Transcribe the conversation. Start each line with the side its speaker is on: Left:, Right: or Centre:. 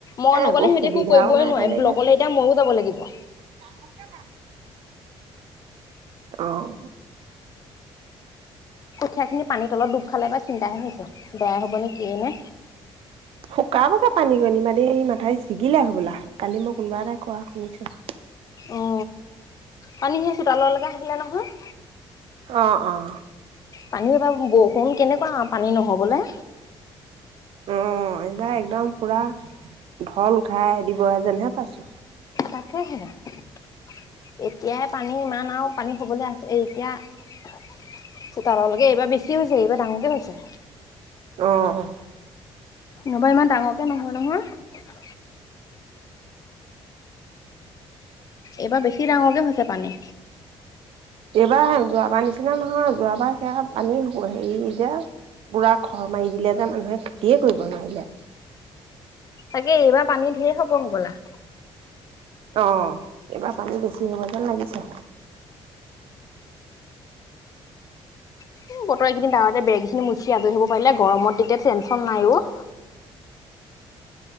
Left: মই নগ'লে
Right: এইবোৰ
Left: সিহঁতি
Right: সুবিধাও
Left: একো কৰিবই
Right: নাই
Left: নোৱাৰি,
Right: তেনেকে
Left: ব্লকলে
Right: অ',
Left: এতিয়া ময়ো যাব লাগিব।
Right: <unintelligible> অঁ।
Left: কঠীয়াা খিনি পানী তলত ডুব খালে পায়, চিন্তাহে হৈছে, বেয়া হ'ব নে কিয়ে নে!
Right: শুকাবগে পানী <unintelligible> মাথাউৰিচ ছিগিলে হ'বলা! কালি মই কোনোবা এটাই কোৱা শুনিছো।
Left: অ, পানী সেই চোতালৰ লেকে আহিলে নহয়!
Right: অ, অ।
Left: পানী এইবাৰ, বৰষুণ কেনেকুৱা, পানী নহ'বলৈ।
Right: অ, এইবাৰ একদম পুৰা ঢল উঠাই দিবহে যেনহে পাইছো।
Left: তাকেহে। এতিয়াহে পানী ইমান আৰু পানী হ'বলৈ আছে, এতিয়া চোতাললেকে, এইবাৰ বেছি হৈছে, এইবাৰ ডাঙৰকে হৈছে।
Right: অ, অ।
Left: নহ'বা ইমান ডাঙৰকে নহয় নহয়। এইবাৰ বেছি ডাঙৰকে হৈছে পানী।
Right: এইবাৰ হেই যোৱাবাৰ নিচিনা নহয়, যোৱাবাৰ সেয়া পানী হেৰি যে পুৰা খৰ মাৰি দিলে যে মানুহে, খেতিয়ে কৰিব নোৱাৰিলে।
Left: তাকেই এইবাৰ পানী ঢেৰ হ'ব হবলা।
Right: অঁ এইবাৰ পানী বেছি হ'ব যেন লাগিছে।
Left: উম বতৰ এইকেইদিন দাৱৰীয়াতে বেৰ খিনি মুচি আজৰি হ'ব পাৰিলে গৰমত তেতিয়া টেনছন নাই অ